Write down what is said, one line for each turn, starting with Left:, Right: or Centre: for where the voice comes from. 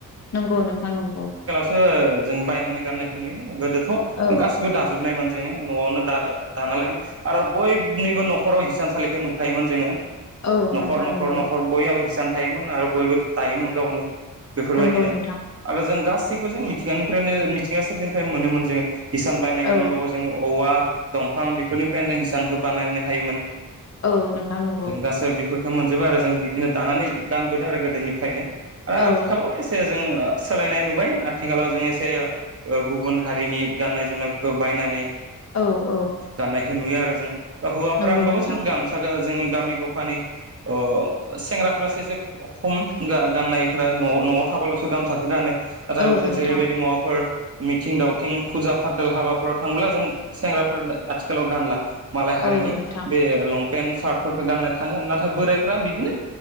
Left: नंगौ नोंथां नंगौ
Right: <inaudible> जों बायनानै गाननायखो नुयो गोदोथ'
Left: औ
Right: गासिबो दाजोबनायमोन जोङो न'आवनो दा-दाना लायोमोन आरो बयनिबो न'खराव हिसानसालिखो नुखायोमोन जोङो
Left: औ
Right: न'खर-न'खर-न'खर
Left: नोंथां नंगौ
Right: बयहाबो हिसान थायोमोन आरो बयबो दायोमोन गावनो बेफोरबायदिनो
Left: नंगौ नोंथां
Right: आरो जों गासैखौ जों मिथिंगानिफ्रायनो मिथिंगा सोरजिनिफ्राय मोनोमोन जोङो हिसान बायनाय
Left: औ
Right: गोनांबाबो ज जोङो औवा दंफां बेफोरनिफ्रायनो जों हिसानखौ बानायनो हायोमोन
Left: औ नोंथां नंगौ
Right: जों गासैबो बेफोरखौ मोनजोबो आरो जों बिदिनो दानानै गानबोदों आरो गोदोनिफ्रायनो आ
Left: औ
Right: आथिखालाव एसे जों सोलायनाय नुबाय आथिखालाव जों एसे ओ गुबुन हारिनि गाननाय जोमनायफोरखौ बायनानै
Left: औ औ
Right: गाननायखो नुयो आरो जों दा हौवाफोरा
Left: नंगौ
Right: होमबाबो
Left: नोंथां
Right: जों गामसागो जोंनि गामि गफानि ओ सेंग्राफोरासो एसे खम गा गाननायफोरा न' न'आव थाबाल'सो गामसाखो गानो <unintelligible>
Left: औ नोंथां
Right: जेरैबायदि मुवाफोर मिथिं दावथिं फुजा फाथाल हाबाफोराव थांब्ला जों सेंग्राफोर आथिखालाव गानला मालाय हारिनि
Left: औ नोंथां
Right: बे लंपेन्ट सार्टफोरखौ गाननो थाङो नाथाय बोरायफ्रा बिदिनो